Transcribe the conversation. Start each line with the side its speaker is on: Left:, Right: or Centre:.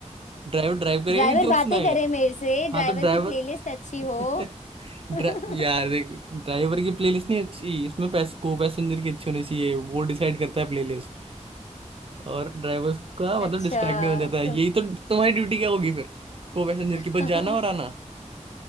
Right: ड्राइवर ड्राइव करेगा
Left: ड्राइवर
Right: कि जोक
Left: बातें
Right: सुनाएगा
Left: करे मेरे से ड्राइवर
Right: हाँ तो ड्राइवर
Left: की प्लेलिस्ट अच्छी हो
Right: <laughs> ड्रा...
Left: <laughs>
Right: यार देख ड्राइवर की प्लेलिस्ट नहीं अच्छी इसमें पैस, को पैसेंजर की अच्छी होनी चाहिए वो डिसाइड करता है प्लेलिस्ट और ड्राइवर का मतलब
Left: अच्छा
Right: डिस्ट्रैक्ट नहीं हो जाता है
Left: तो
Right: यही तो तुम्हारी ड्यूटी क्या होगी फिर को पैसेंजर
Left: <laughs>
Right: की बस जाना और आना